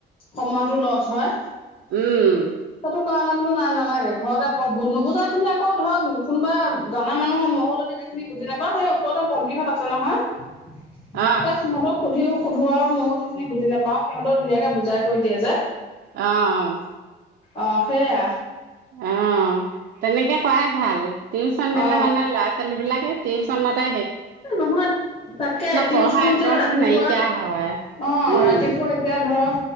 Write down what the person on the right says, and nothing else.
উম
অ
আহ অ <unintelligible>
অ তেনেকে কৰাই ভাল টিউচন দিলে
মানে ল'ৰা ছোৱালী বিলাকে টিউশচনতে
পঢ়া আগ্ৰহটো
নাইকিয়া হয়
উম